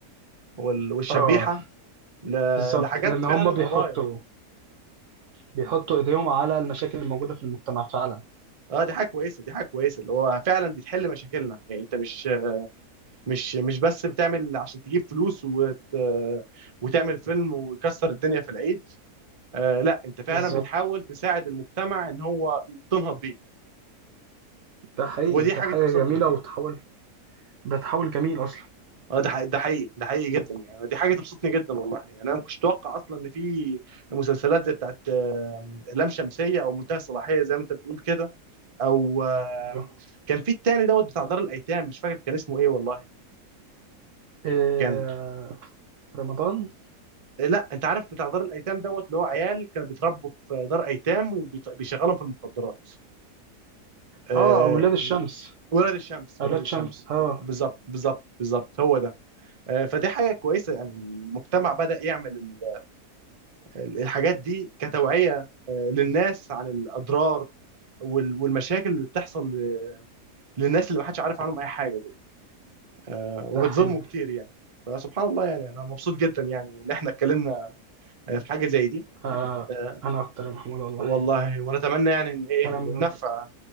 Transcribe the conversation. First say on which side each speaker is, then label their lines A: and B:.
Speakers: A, on the right; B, on the right.
A: وال... والشبيحة
B: اه
A: ل...
B: بالظبط
A: لحاجات
B: لان هم
A: فعلا
B: بيحطوا
A: قضايا
B: بيحطوا ايديهم على المشاكل الموجوده في المجتمع فعلا
A: اه دي حاجة كويسة دي حاجة كويسة اللي هو فعلا بتحل مشاكلنا يعني انت مش مش مش بس بتعمل عشان تجيب فلوس وت... وتعمل فيلم ويكسر الدنيا في العيد آه لا انت فعلا
B: بالظبط
A: بتحاول تساعد المجتمع ان هو تنهض بيه
B: ده حقيقي
A: ودي
B: ده
A: حاجة
B: حاجه
A: تبسطني
B: جميله وتحول ده تحول جميل اصلا
A: اه ده حقيقي ده حقيقي ده حقيقي جدا يعني دي حاجه تبسطني جدا والله يعني انا ما كنتش اتوقع اصلا ان في مسلسلات زي بتاعت آم، لام شمسيه او منتهى الصلاحيه زي ما انت بتقول كده او آم،
B: ايوه
A: كان في التاني دوت بتاع دار الايتام مش فاكر كان اسمه ايه والله
B: آه،
A: كان
B: رمضان
A: آه، لا انت عارف بتاع دار الايتام دوت اللي هو عيال كانوا بيتربوا في دار ايتام وبيشغلهم في المخدرات آه،
B: اه اولاد الشمس
A: ولاد الشمس ولاد
B: اولاد
A: الشمس
B: شمس اه
A: بالظبط بالظبط بالظبط هو ده آه، فدي حاجه كويسه يعني المجتمع بدا يعمل الحاجات دي كتوعية آه، للناس عن الأضرار وال- والمشاكل اللي بتحصل ل- للناس اللي محدش عارف عنهم أي حاجة دول آه، وبتظلموا
B: ده حقيقي
A: كتير يعني فسبحان الله يعني أنا مبسوط جدا يعني إن إحنا اتكلمنا آه، في حاجة زي دي
B: آه
A: آه،
B: انا اكتر يا محمود والله
A: والله ونتمنى يعني إن إيه
B: كلام
A: النفع
B: حبيبي من أنت.